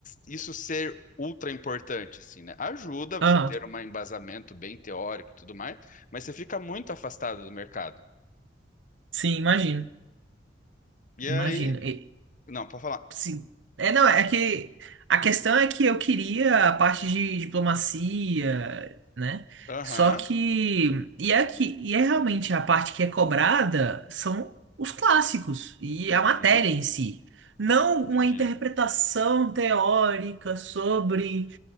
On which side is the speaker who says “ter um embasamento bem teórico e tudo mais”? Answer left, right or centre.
Left